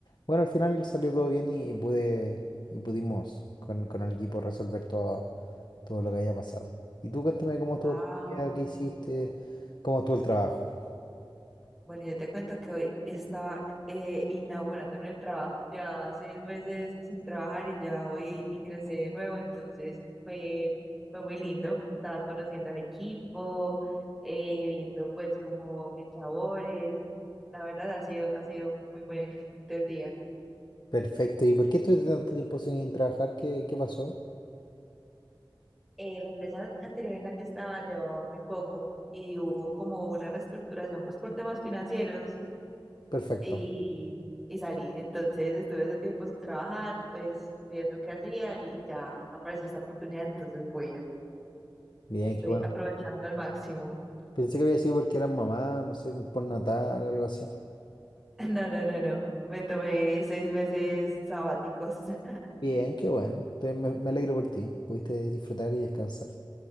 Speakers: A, on the left (about 60°); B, in the centre.
A: bueno, al final salió todo bien y, y pude y pudimos con, con el equipo resolver todo, todo lo que había pasado. Y tú cuéntame cómo estuvo
B: Wow.
A: tu día, qué hiciste, cómo estuvo el trabajo.
B: Bueno, yo te cuento que hoy estaba eh, inaugurando en el trabajo. Llevaba seis meses sin trabajar y ya hoy ingresé de nuevo, entonces fue, fue muy lindo. Estaba conociendo al equipo, eh, viendo pues como mis labores. La verdad ha sido, ha sido muy bonito el día.
A: Perfecto. ¿Y por qué estuviste tanto tiempo sin trabajar? ¿Qué, qué pasó?
B: eh, la empresa anterior en la que estaba llevaba muy poco y hubo como una reestructuración pues por temas financieros
A: Perfecto.
B: y, y salí. Entonces estuve ese tiempo sin trabajar, pues viendo qué hacía y ya apareció esta oportunidad. Entonces, bueno,
A: Bien,
B: lo estoy
A: qué bueno.
B: aprovechando al máximo. <laughs>
A: Pensé que había sido porque eras mamá, no sé, un postnatal, algo así.
B: No, no, no, no. Me tomé seis meses sabáticos. <laughs>
A: Bien, qué bueno. Te- me, me alegro por ti. Pudiste disfrutar y descansar.